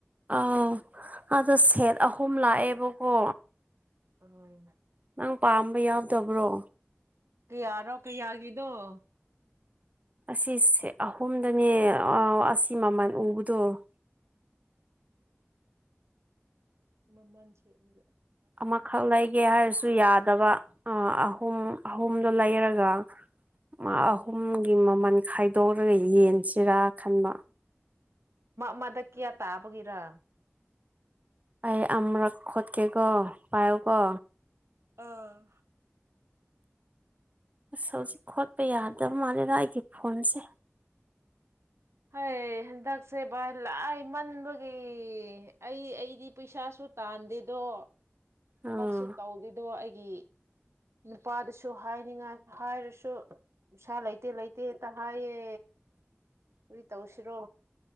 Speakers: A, on the right; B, on the right.
A: ꯑꯥꯎ ꯑꯗꯣ ꯁꯦꯠ ꯑꯍꯨꯝ ꯂꯥꯛꯑꯦꯕꯀꯣ
B: ꯍꯣꯏ ꯃꯥ
A: ꯅꯪ ꯄꯥꯝꯕ ꯌꯥꯎꯗꯕ꯭ꯔꯣ
B: ꯀꯩ ꯌꯥꯔꯣ ꯀꯩꯌꯥꯒꯗꯨꯣ
A: ꯑꯁꯤꯁꯦ ꯑꯍꯨꯝꯗꯅꯦ ꯑꯁꯤ ꯃꯃꯜ ꯎꯕꯗꯣ <inaudible>
B: ꯃꯃꯥꯟꯁꯦ ꯑꯣꯏꯗ
A: ꯑꯃꯈꯛ ꯂꯩꯒꯦ ꯍꯥꯏꯔꯁꯨ ꯌꯥꯗꯕ ꯑ ꯑꯍꯨꯝ ꯑꯍꯨꯝꯗꯣ ꯂꯩꯔꯒ ꯃꯥ ꯑꯍꯨꯝꯒꯤ ꯃꯃꯜ ꯈꯥꯏꯗꯣꯛꯔꯒ ꯌꯦꯟ ꯁꯤꯔꯥ ꯈꯟꯕ
B: ꯃꯗꯛ ꯀꯌꯥ ꯇꯥꯕꯒꯤꯔꯥ
A: ꯑꯩ ꯑꯃꯨꯔꯛ ꯈꯣꯠꯀꯦꯀꯣ ꯄꯥꯏꯣꯀꯣ
B: ꯑꯥ
A: ꯑꯁ ꯍꯧꯖꯤꯛ ꯈꯣꯠꯄ ꯌꯥꯗꯕ ꯃꯥꯜꯂꯦꯗ ꯑꯩꯒꯤ ꯐꯣꯟꯁꯦ
B: ꯍꯣꯏ ꯍꯟꯗꯛꯁꯦ ꯚꯥꯏ ꯂꯥꯏ ꯃꯟꯕꯒꯤ ꯑꯩ ꯑꯩꯗꯤ ꯄꯩꯁꯥ ꯁ ꯨ ꯇꯥꯟꯗꯦꯗꯣ ꯊꯕꯛꯁꯨ
A: ꯎꯝ
B: ꯇꯧꯗꯦꯗꯣ ꯑꯩꯒꯤ ꯅꯨꯄꯥꯗꯁꯨ ꯍꯥꯏꯅꯤꯡꯉꯥꯏ ꯍꯥꯏꯔꯁꯨ ꯅꯨꯡꯁꯥ ꯂꯩꯇꯦ ꯂꯩꯇꯦꯇ ꯍꯥꯏꯌꯦ
A: ꯎ
B: ꯎꯔꯤ ꯇꯧꯁꯤꯔꯣ